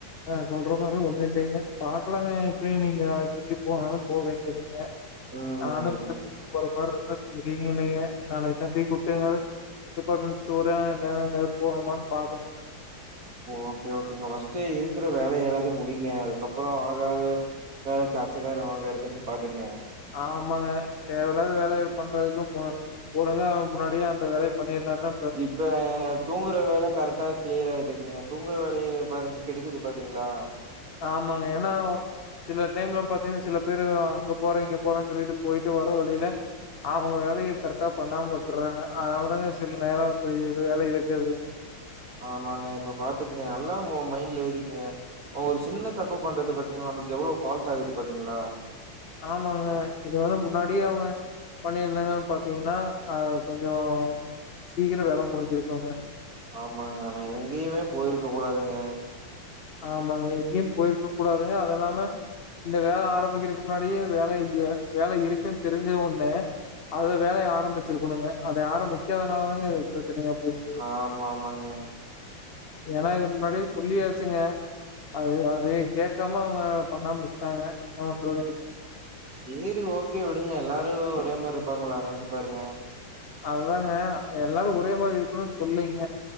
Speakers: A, on the left; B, on the right.
A: ஆ சொல்ற மாறி ஒண்ணு இல்லங்க பாக்கலாங்க எப்டியு இன்னிக்கு வேலக்கி கீது போனாலு போவ நீங்க இருங்க
B: ம்
A: நானு இங்க இருந்து <unintelligible> இருந்தா <unintelligible> டிபார்ட்மெண்ட் ஸ்டோரா இல்லன்னா எதோ போனுமான்னு பாக்கணுங்க
B: ஓக்கே ஓக்கேங்க ஃபர்ஸ்ட்டே இருக்கிற வேலைய எல்லாத்தையு முடிங்க அதுக்கப்றோ ஆகாது வேலைக்கு அச்சக்காரோ வாங்கறத நிப்பாட்டுங்க
A: ஆமாங்க தேவையில்லாத வேலைய பண்றதுக்கும் ஒழுங்கா முன்னாடியே அந்த வேலைய பண்ணியிருந்தா தா
B: இப்ப தூங்குற வேலை கரெட்டா கிளியரா இருக்குங்க தூங்குற வேலயை பாருங்க கெடுக்குது பாத்தீங்ளா
A: ஆமாங்க என்னா சில டைம்ல பாத்தீங்கன்னா சில பேரு அங்க போறே இங்க போறேன்னு சொல்லிட்டு போயிட்டு வர வழியில அவங்க வேலய கரெக்டா பண்ணாம விட்டற்றாங்க அதனாலதாங்க சில நேரோ இப்டி வேலை இழுக்கறது
B: ஆமாங்க இப்ப பாத்துக்குங்க நல்லா மைண்ட்ல ஏத்திக்குங்க ஒரு சின்ன தப்பு பண்றது பாத்தீங்களா நம்மளுக்கு எவ்ளோ ஃபால்ட் ஆகுது பாத்தீங்ளா
A: ஆமாங்க இது வந்து முன்னாடியே அவங்க பண்ணியிருந்தாங்களான்னு பாத்தீங்கன்னா அ கொஞ்சோ சீக்கிர வேலை முடிஞ்சிருக்குங்க
B: ஆமாங்க நம்ம எங்கயுமே போயிருக்க கூடாதுங்க
A: ஆமாங்க எங்கையு போயிருக்கவு கூடாதுங்க அத இல்லாம இந்த வேலை ஆரம்பிக்கிறதுக்கு முன்னாடியே வேலை வேலை இருக்குன்னு தெரிஞ்சது ஒன்னு அத வேலையை ஆரம்பிச்சிருக்கணுங்க அதை ஆரம்பிக் பிக்காதனால தாங்க இது பிரச்சனையா போய்டுது
B: ஆமா ஆமாங்க
A: ஏன்னா இது முன்னாடியே சொல்லியாச் ச்சுங்க அத அதையு கேட்காம அவங்க பண்ணாம விட்டாங்க என்ன பண்றதுங்
B: சேரி ஓகே விடுங்க எல்லாரு ஒரே மாறி இருப்பாங்ளா நெனச்சு பாருங்க
A: அதாங்க எல்லாரு ஒரே மாறி இருக்கணுன்னு சொல்லீங்க